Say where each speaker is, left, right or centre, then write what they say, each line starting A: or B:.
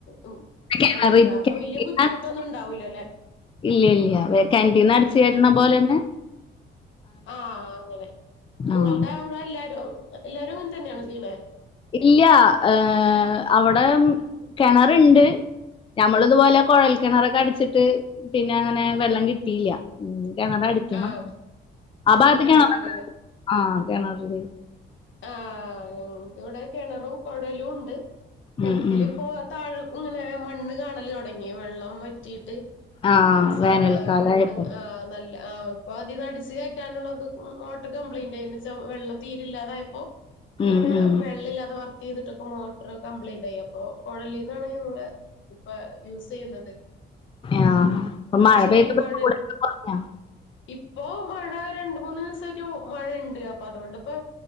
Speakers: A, on the left; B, on the left.
A: ഉം
B: കിണറി
A: അങ്ങനത്തെ അപ്പൊ
B: കിണറ്റിന്ന്
A: വല്യ ബുദ്ധിമുട്ടൊന്നും ഉണ്ടാവൂലല്ലെ
B: ഇല്ല ഇല്ല കന്റീന് അടച്ച്
A: ആഹ്
B: കെയറ്റ്ണപോലെ തന്നെ
A: ആഹ് അങ്ങനെ നിങ്ങളുടെ
B: ആഹ്
A: അവിടെ എല്ലാരും എല്ലാരും അങ്ങനെ തന്നെയാണ് ച്ചെയ്ണെ
B: ഇല്ല ഏഹ് അവിടെ കെണർണ്ട് ഞമ്മള് ഇതുപോലെ കുഴൽ കിണറൊക്കെ അടിച്ചിട്ട് പിന്നെ അങ്ങനെ വെള്ളം കിട്ടിയില്ല ഉം കിണറ അടിക്കണം
A: ആഹ്
B: ആ
A: കോഴൽക്കിണറില്
B: ഭാഗത്ത് കെണറൊകെ ആ കിണറില്
A: ആഹ് ഞങ്ങക്ക് വിടെ കിണറും കുഴലും ഉണ്ട് കിണറ്റിപ്പോ
B: ഉം ഉം
A: താഴ് ഇങ്ങനെ മണ്ണ് കാണല് തൊടങ്ങി വെള്ളം വറ്റിയിട്ട്
B: ആഹ്
A: അവസാന
B: വേനൽക്കാലായപ്പോ
A: ആ മണ്ണ് ആ നല്ല ആഹ് ഇപ്പൊ അതിന്ന് അടിച്ചു കയറ്റാനുള്ള ഇത് മോട്ടർ കംപ്ലൈയിന്റ് ആയിച്ച എന്താച്ച വെള്ളം തീരില്ലാതായപ്പോ
B: ഉം
A: പ്പങ്ങനെ
B: ഉം
A: വെള്ളില്ലാതെ വർക്ക് ചെയ്തിട്ടൊക്കെ മോട്ടർ കംപ്ലൈന്റ് ആയി അപ്പൊ കൊഴലീന്നാണ് നങ്ങള് ഇപ്പ യൂസ് ചെയ്യുന്നത്
B: ആഹ് ഇപ്പൊ
A: അപ്പ
B: മഴ
A: ശ
B: പെയ്തപ്പോ
A: കൊ
B: ചൂടൊക്കെ കൊറഞ്ഞോ
A: ഇപ്പോ മഴ രണ്ട് മൂന്ന് ദിവസായിട്ട് മഴണ്ട് അപ്പൊ അതുകൊണ്ട്പ്പോ